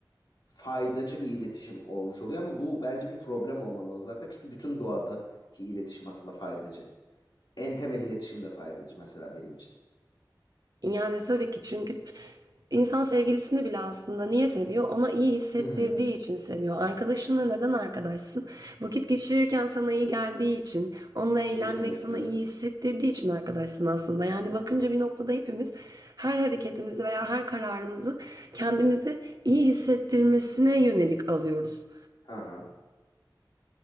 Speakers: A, on the left; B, on the right.
A: faydacı bir iletişim olmuş oluyor ama bu bence bir problem olmamalı zaten. Çünkü bütün doğadaki iletişim aslında faydacı. En temel iletişim de faydacı mesela benim için.
B: Yani tabii ki çünkü insan sevgilisini bile aslında niye seviyor? Ona iyi hissettirdiği
A: Hı hı.
B: için seviyor. Arkadaşınla neden arkadaşsın? Vakit geçirirken sana iyi geldiği için, onunla eğlenmek
A: Kesinlikle.
B: sana iyi hissettirdiği için arkadaşsın aslında. Yani bakınca bir noktada hepimiz her hareketimizi veya her kararımızı kendimizi iyi hissettirmesine yönelik alıyoruz.
A: Hı hı.